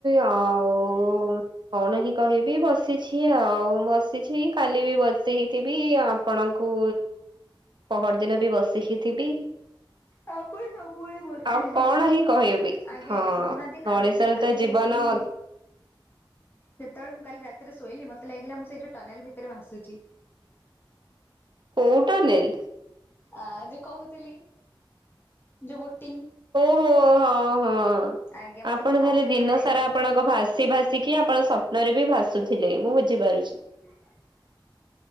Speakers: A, on the right (about 60°); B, on the left (about 25°).
A: ଅ। ଓଁ କଣ ହିଁ କହିବି ବସି ଆସିଛି ଆଉ ବସିଛି କାଲି ବି ବସିଥିବି ଆପଣଙ୍କୁ ପହରଦିନ ବି ବସିକି ଥିବି
B: ଆଉ ପୁଣି ସବୁବେଳେ ବସେଇଲୁ।
A: ଆଉ କଣ ହେଇ। ବସିଥିବି
B: ଆଜ୍ଞା
A: ହଁ
B: ଆଜ୍ଞା ଶୁଣୁନାହାନ୍ତି କାଲି
A: ମଣିଷର
B: ଯେତେବେଳେ ମୁଁ ରାତିରେ
A: ତ ଜୀବନ
B: ଶୋଇଲି
A: ଅ
B: ସେତେବେଳେ ମୁଁ କାଲି ରାତିରେ ଶୋଇଲି ମତେ ଲାଗିଲା ମୁଁ ସେଇ ଯୋଉ ଟନେଲ ଭିତରେ ଭାସୁଛି।
A: କଉ ଟନେଲ।
B: ଆ ଯଉ କହୁଥିଲି ଯୋଉ ବୋଟିଂ।
A: ଓହୋ ହୋ ହଁ ହଁ
B: ଆଜ୍ଞା ମତେ
A: ଆପଣ
B: ପୁରା
A: ତାହେଲେ
B: ଭାସିଲା
A: ଦିନ
B: ଭଳିଆ ଲାଗିଲା।
A: ସାରା ଆପଣଙ୍କ ଭାସି ଭାସି। ଆସିକି ଆପଣ ସ୍ୱପ୍ନରେ ବି ଭାସୁଥିଲେ ମୁଁ ବୁଝିପାରୁଛି।
B: <inaudible>